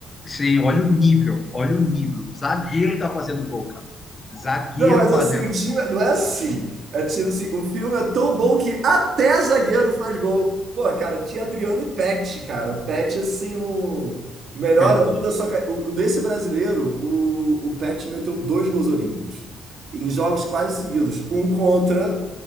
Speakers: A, on the left (about 30°); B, on the right (about 60°).
A: sim, olha o nível, olha o nível. Zagueiro tá fazendo gol, cara. Zagueiro
B: Não, mas
A: fazendo
B: assim, o time
A: gol.
B: não é assim. É tipo assim, o filme é tão bom que até zagueiro faz gol. Pô, cara, tinha Adriano e Pet, cara. Pet, assim, no melhor
A: Não.
B: ano da sua carreira. Desse brasileiro, o, o Pet meteu dois gols olímpicos. Em jogos quase seguidos. Um contra,